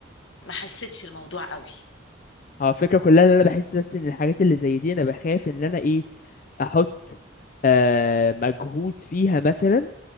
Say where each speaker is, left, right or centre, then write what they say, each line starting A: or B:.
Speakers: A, on the left (about 80°); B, on the left (about 45°).
A: ما حسيتش الموضوع قوي
B: هو الفكرة كلها ان انا بحس بس ان الحاجات اللي زي دي انا بخاف ان انا ايه احط آه مجهود فيها مثلا